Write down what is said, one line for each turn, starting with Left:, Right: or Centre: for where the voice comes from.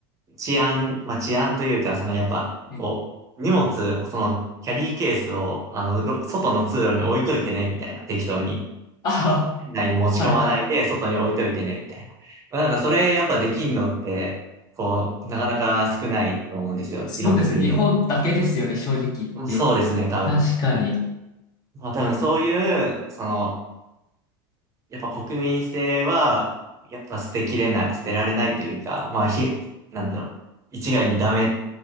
Right: 治安、まあ、治安というか、そのやっぱ、こう、
Left: ええ
Right: 荷物、その、キャリーケースを、あの、ろ外の通路に置いといてね、みたいな、適当に。
Left: あ、
Right: 店内に持ち込まないで、
Left: はい、はい。
Right: 外に置いといてね、みたいな。まあ、なんかそれやっぱできんのって、こう、なかなか少ないと思うんですよ。
Left: そうですね。
Right: いろんな国でも。
Left: 日本だけですよね、正直言って。
Right: うんそうですね、多分。
Left: 確かに。
Right: まあ多分そういう、その、やっぱ国民性は、やっぱ捨てきれない、捨てられないというか、まあ、ひ、なんだろう。一概にダメ